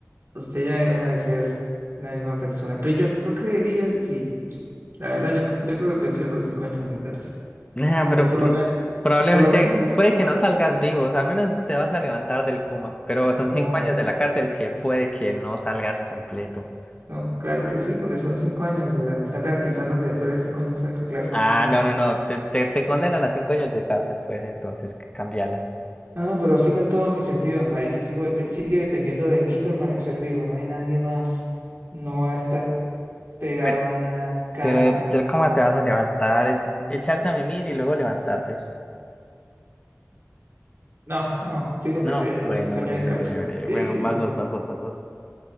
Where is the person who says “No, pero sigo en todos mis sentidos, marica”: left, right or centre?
Right